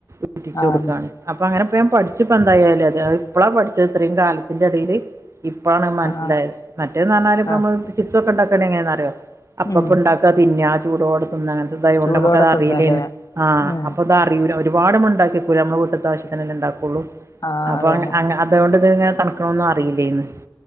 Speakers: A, on the right (about 40°); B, on the left (about 45°).
A: പിടിച്ച്
B: ആഹ്
A: കൊടുക്കാണ് അപ്പ അങ്ങനെപ്പ പഠിച്ചപ്പൊ എന്തായാലേ അത് ഇപ്പളാ പഠിച്ചത് ഇത്രയും കാലത്തിന്റെ എടയില് ഇപ്പളാണ് മൻസ്സിലായത്
B: ആഹ്
A: മറ്റേന്ന് പറഞ്ഞാൽ ഇപ്പ
B: ആഹ്
A: നമ്മള് ചിപ്സ് ഒക്കെ ഉണ്ടാക്കണ്ട എങ്ങനെന്ന്റിയോ അപ്പപ്പ
B: ഉം
A: ഇണ്ട തിന്ന ചൂടോടെ തിന്ന അങ്ങനത്തെ തായകൊണ്ട്
B: ചൂടോടെ
A: നമ്മക്ക് അത്
B: തിന്നാലേ
A: അറിയില്ലേന്ന് ആ
B: ഉം
A: അപ്പൊതാ അറിയൂല ഒരുപാട് മുണ്ടാക്കിവക്കൂല നമ്മുടെ വീട്ട്ത്തെ ആവശ്യത്തിനന്നെ ഉണ്ടാക്കുള്ളൂ.
B: ആഹ്
A: അപ്പൊ
B: അതന്നെ
A: അങ്ങ അങ്ങ അതുകൊണ്ട് തന്നെ. തണുക്കണന്നും അറിയില്ലേന്ന്